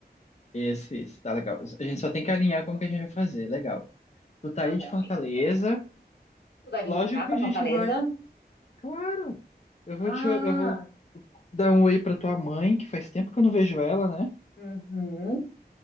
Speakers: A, on the left; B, on the left.
A: isso, isso, tá legal. A gente só tem que alinhar como que a gente vai fazer, legal. Tu tá
B: Tá
A: aí
B: bom,
A: de Fortaleza,
B: amigo. Tu vai
A: lógico
B: vir pra cá, pra
A: que a gente
B: Fortaleza?
A: vai, claro. Eu
B: Ah,
A: vou te, eu vou dar um oi pra tua mãe, que faz tempo que eu não vejo ela, né?
B: uhum,